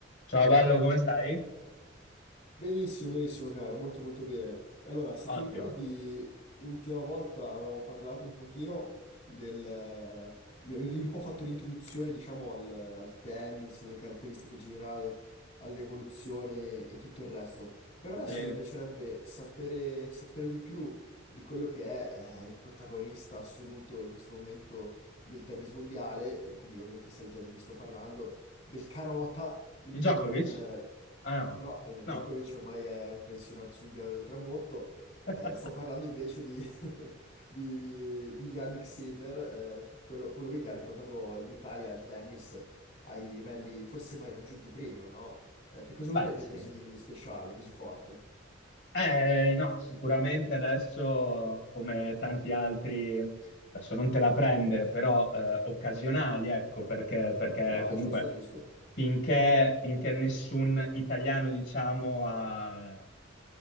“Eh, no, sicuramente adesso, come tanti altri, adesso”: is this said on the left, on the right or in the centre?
Left